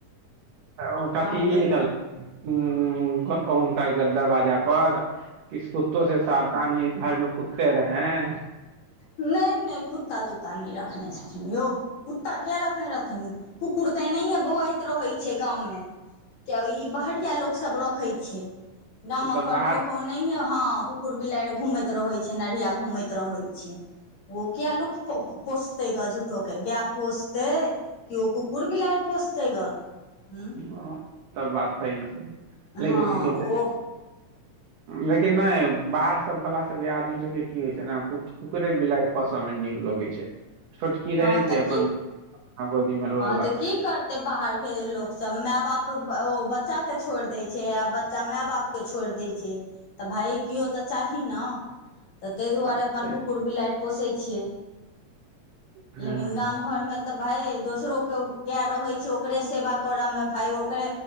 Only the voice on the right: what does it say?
ओ कथी
ई
लिखल हुं उनका दरवाजा पर किस कुत्तों से सावधानी घर में कुत्ते रहे हैं हें
तऽ बाहर
हं त बात सही छै लेकिन
की कहै छै
लेकिन नहि बाहर सब वाला सबके आदमी सबके की होइ छै ने कुकरे बिलाड़ पोसय मे नीक लगै छै छोटकी
रहै छै
अपन
गोदी मे ललक
बात
सही
हूँ,